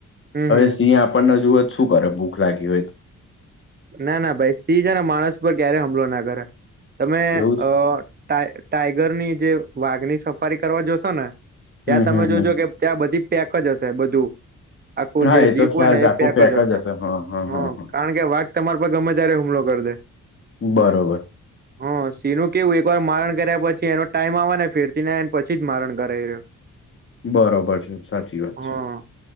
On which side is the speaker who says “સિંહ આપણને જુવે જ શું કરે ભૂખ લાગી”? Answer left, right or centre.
Left